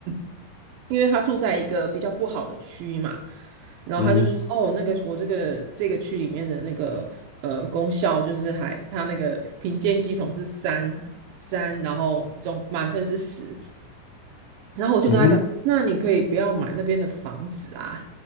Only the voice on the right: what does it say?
<clears throat> 因为他住在一个比较不好的区嘛，然后他就说，
哦，那个我这个这个区里面的那个呃功效就是还他那个评鉴系统是三三，然后总满分是十，然后我就跟他讲说那你可以不要买那边的房子啊，